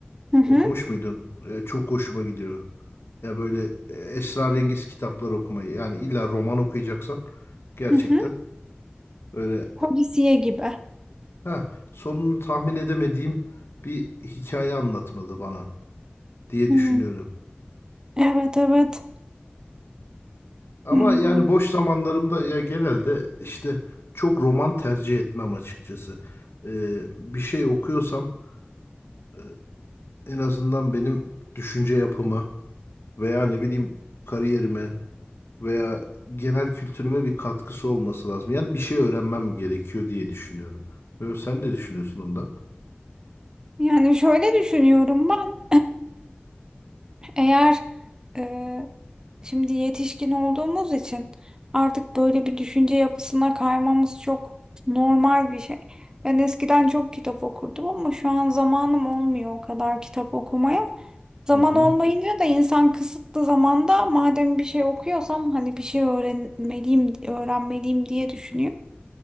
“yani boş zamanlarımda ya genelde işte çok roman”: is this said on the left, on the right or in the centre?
Left